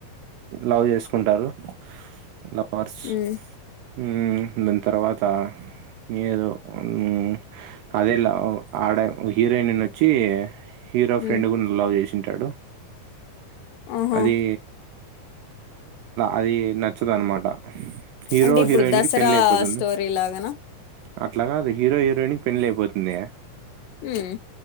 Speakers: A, on the right; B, on the left.
A: లవ్ చేసుకుంటారు. నా పర్స్,
B: మ్మ్
A: మ్ దానితర్వాత ఏదో ఉన్ మ్ అదే లవ్ ఆడ హీరోయిన్ వచ్చి హీరో
B: మ్మ్
A: ఫ్రెండ్ గూడా లవ్ చేసింటాడు
B: ఓహో
A: అదీ అది నచ్చదు అన్నమాట. హీరో
B: అంటే ఇప్పుడు
A: హీరోయిన్
B: దసరా
A: కి పెళ్లి అయిపోతుంది.
B: స్టోరీ లాగానా
A: అట్లా గాదు, హీరో హీరోయిన్ కి పెళ్లయిపోతుంది.
B: మ్మ్